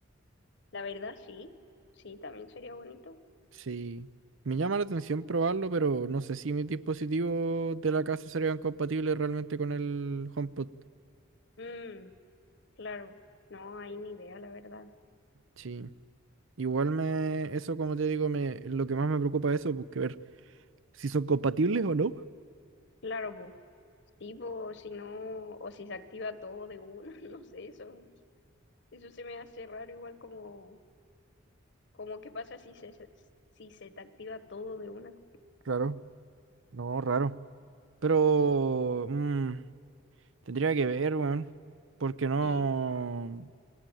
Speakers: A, on the left; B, on the right.
A: La verdad, sí, sí, también sería bonito.
B: Sí, me llama la atención probarlo, pero no sé si mis dispositivos de la casa serían compatibles realmente con el HomePod.
A: Mm, claro, no hay ni idea, la verdad.
B: Sí, igual me, eso como te digo, me, lo que más me preocupa es eso, pues ver si son compatibles o no.
A: Claro, bo, sí, bo, si no, o si se activa todo de uno, <laughs> no sé, eso, eso se me hace raro, igual como, como qué pasa si se, se- si se te activa todo de una.
B: Raro, no, raro. Pero mm, tendría que ver, weón, porque no,
A: Sí,